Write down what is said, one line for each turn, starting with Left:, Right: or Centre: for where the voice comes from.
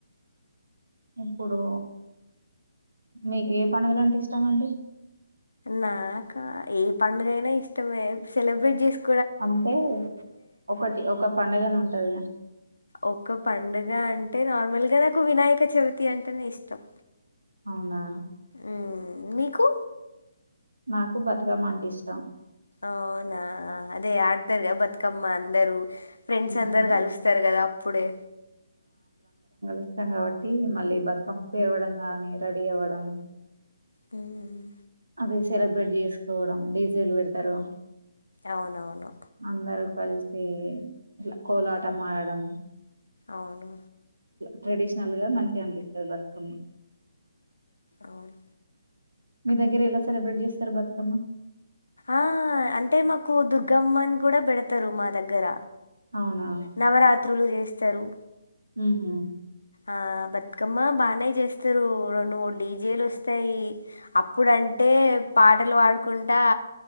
Right: ఇప్పుడూ మీక్ ఏ పడుగలంటే ఇష్టం అండి
Left: నాకా ఏ పండుగ అయినా ఇష్టమే సెలబ్రేట్ చేసుక్
Right: అంటే ఒకటి ఒక పండగను టదిగా
Left: ఒక్క పండుగ అంటే నార్మల్గా నాకు వినాయక చవితి అంటేనే ఇష్టం
Right: అవునా
Left: మ్మ్. మీకు
Right: నాకు బతుకమ్మ అంటే ఇష్టం
Left: అవునా అదే ఆడతార బతుకమ్మ అందరు ఫ్రెండ్స్
Right: ఉమ్,
Left: అందరు కలుస్తారు కదా అప్పుడే
Right: ఇష్టం కాబట్టి మళ్ళీ బతుకమ్ పేరవడం గాని రెడీ అవ్వడం
Left: హ్మ్
Right: అది సెలబ్రేట్ చేసుకోవడం డీజేలు పెడతారు
Left: అవునవును
Right: అందరూ కలిసి ట్ల కోలాటం ఆడటం
Left: అవును
Right: ట్రెడిషనల్ గా మంచిగా అనిపిస్తది బతుకమ్మ
Left: అవును
Right: మీ దగ్గర ఎలా సెలబ్రేట్ చేస్తారు బతుకమ్మ
Left: ఆ అంటే మాకు దుర్గమ్మని కూడా పెడతారు మా దగ్గర
Right: అవునా
Left: నవరాత్రులు చేస్ తరు
Right: హ్మ్ హు
Left: ఆ బతుకమ్మ బానే చేస్తారు రెండుమూడు డీజేలు వస్తాయి అప్పుడు అం టే పాటలు పాడుకుంట్ ఆ